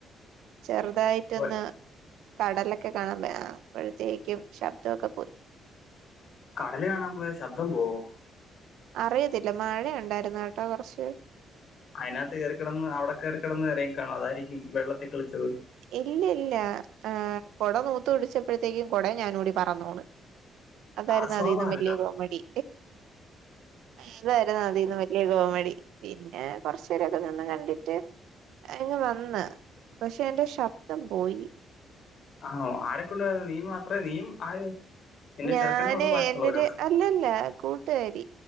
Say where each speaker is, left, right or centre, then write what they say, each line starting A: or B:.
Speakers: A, on the right (about 85°); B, on the left (about 60°).
A: ചെറ്തായിറ്റൊന്ന്
B: അപ്പൊ
A: കടലൊക്കെ കാണാൻമേ അപ്പഴ്ത്തേക്കും ശബ്ദൊക്കെപോയി
B: കടല് കാണാപോയ ശബ്ദം പോവൊ
A: അറിയത്തില്ല മഴ ഇണ്ടാര്ന്നുട്ടോ കൊറ്ച്ച്
B: അയ്നകത്ത് കേറിക്കടന്ന് അവടെ കേറിക്കടന്ന് നെരങ്ങിക്കാണും അതാരിക്കും വെള്ളത്തി കൾച്ചത്
A: ഇല്ല ഇല്ല്യ ആഹ് കൊടനൂത്ത്പിടിച്ചപ്പഴ്ത്തേക്കും കൊടെം ഞാനുംകൂടിപറന്നോണ് അതാര്ന്നു
B: അസ്വാഭാവികം
A: അതീന്നും വല്ല്യ കോമഡി അതാരുന്നു അതീന്ന് വ ല്ല്യ കോമഡി പിന്നെ കൊറച്ചേരൊക്കെ നിന്ന്കണ്ടിട്ട് ഇങ്ങ് വന്ന് പക്ഷെ എന്റെ ശബ്ദം പോയി
B: ആണോ ആരൊക്കെണ്ട് നീ മാത്രേ നീയും ആര് നിന്റെ
A: ഞാന്
B: ചെറുക്കനോ അതോ ബാക്കിയുള്ളവരോ
A: എന്റൊര് അല്ല ല്ല കൂട്ട്കാരി